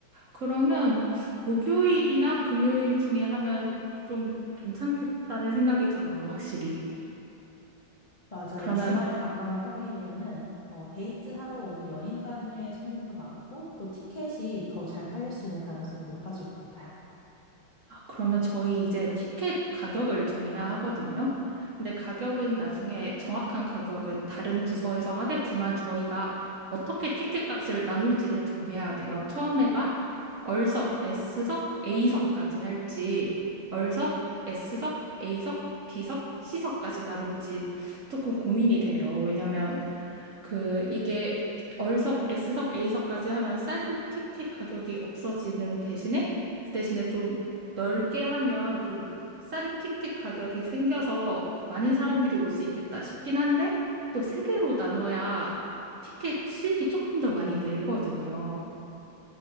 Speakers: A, on the right; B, on the left.
A: 그러면 목요일이나 금요일 중에 하면 좀 괜찮겠다는 생각이 들어요, 확실히.
B: 맞아요.
A: 그러면,
B: 주말에 가까운 평일이면은 어, 데이트하러 오는 연인 단위의 손님도 많고 또 티켓이 더 잘 팔릴 수 있는 가능성이 높아질 것 같아요.
A: 아, 그러면 저희 이제 티켓 가격을 정해야 하거든요. 근데 가격은 나중에 정확한 가격은 다른 부서에서 하겠지만 저희가 어떻게 티켓 값을 나눌지를 정해야 돼요. 처음에가 얼석, S석, A석까지 할지, 얼석, S석, A석, B석, C석까지 나눌지 조금 고민이 돼요. 왜냐면 그 이게 얼석, S석, A석까지 하면 싼 티켓 가격이 없어지는 대신에 그 대신에 좀 넓게 하면 좀 싼 티켓 가격이 생겨서 많은 사람들이 올 수 있겠다 싶긴 한데 또 세 개로 나눠야 티켓 수익이 조금 더 많이 늘거든요.